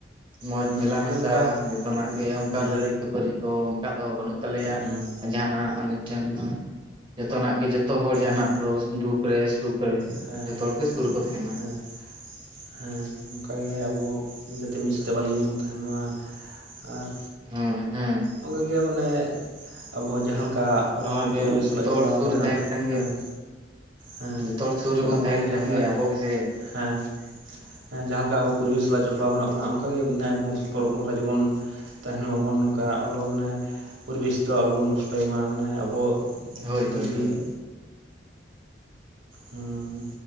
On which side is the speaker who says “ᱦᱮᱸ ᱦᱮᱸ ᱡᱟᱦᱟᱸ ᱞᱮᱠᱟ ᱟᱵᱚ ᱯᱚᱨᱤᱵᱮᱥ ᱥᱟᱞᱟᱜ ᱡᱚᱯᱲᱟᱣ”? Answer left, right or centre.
Right